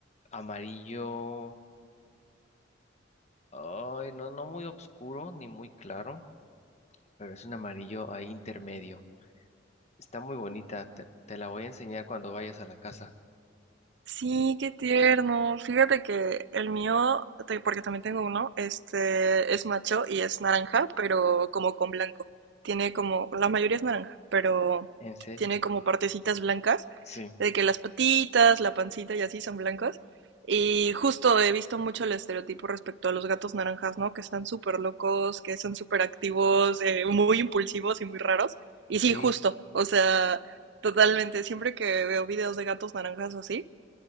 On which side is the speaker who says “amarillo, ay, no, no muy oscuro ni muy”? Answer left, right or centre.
Left